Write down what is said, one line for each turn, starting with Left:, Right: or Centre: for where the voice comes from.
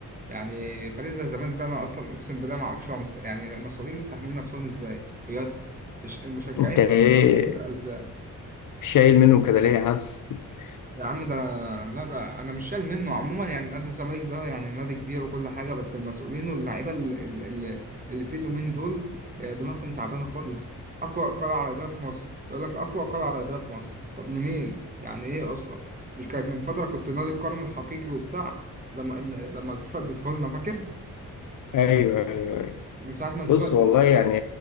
Right: يعني فريق زي الزمالك ده أنا أصلا أقسم بالله معرفش هو مس... يعني المسؤولين مستحملين نفسهم إزاي بجد إيش- المشجعين
Left: انت ايه
Right: أصلا مستحملين فرقة إزاي
Left: شايل منه كده ليه يا عم؟ <laughs>
Right: يا عم ده لا ده انا مش شايل منه عموما يعني نادي الزمالك ده يعني نادي كبير وكل حاجه بس المسؤولين واللعيبه ال- ال- ال- اللي في اليومين دول آه، دماغهم تعبانه خالص اقوى قلعه رياضيه في مصر بيقول لك اقوى قلعه رياضيه في مصر طب منين يعني ايه اصلا مش كانت من فتره كنت نادي القرن الحقيقي وبتاع لما إن- لما الفيفا اديته لنا فاكر
Left: ايوه ايوه
Right: من ساعه ما الفيفا
Left: بص والله يعني